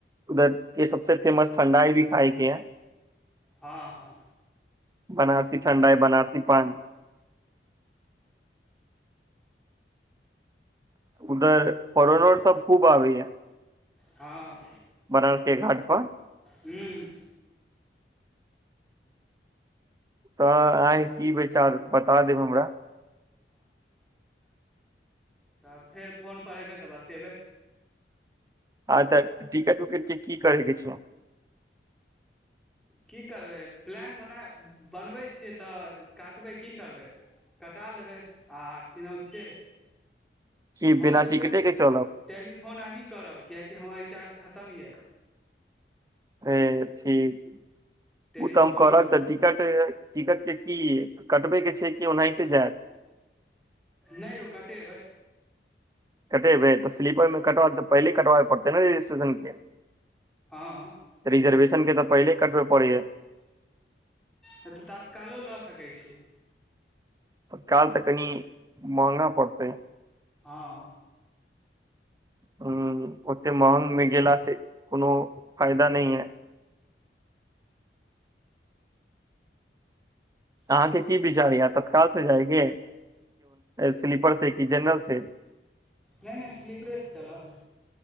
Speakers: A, on the right; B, in the centre.
A: उधर के सबस फेमस ठण्डाई भी आइ किया
B: हँ हँ
A: बनारसी ठंडाई बनारसी पान उधर परोनोर सब खूब आबै या
B: हँ
A: बनारस केँ घाट पर
B: ह्म
A: तऽ आहा के की बिचार बता देब हमरा
B: तब फेर फोनपर अयबै तऽ बतयबै
A: आ त टिकट उकट के की करै के छै
B: की करबै प्लान बना बनबै छियै तऽ काटबै की करबै कटा लेबै आ कि नाउ छियै
A: कि
B: भऽ
A: बिना
B: जेतै
A: टिकटे के चलब
B: टेलीफोन अहीँ करब कियकि हमर रिचार्ज खतम खतम यऽ
A: हे ठीक
B: टेलीफोन
A: ओ तऽ हम करब
B: अहीँ
A: तऽ टिकट टिकट के की कटबै के छै कि ओनाहिते जाय
B: नहि यौ कटेबै
A: कटेबै तऽ स्लीपरमे कटब तऽ पहिले कटबे पड़तै ने रजिस्ट्रेशन के
B: हँ
A: रिजर्वेशन
B: नहि
A: के तऽ पहिले कटबै पडै या
B: है तऽ तात्कालो लऽ सकैत छी
A: तत्काल तऽ कनि महगा पड़तै
B: हँ
A: ह ओते महग मे गेला सँ कोनो फायदा नहि यै अहाँके की विचार य यहाँ तत्काल से जाएगे स्लीपर से कि जनरल से
B: नहि नहि स्लीपरेसँ चलब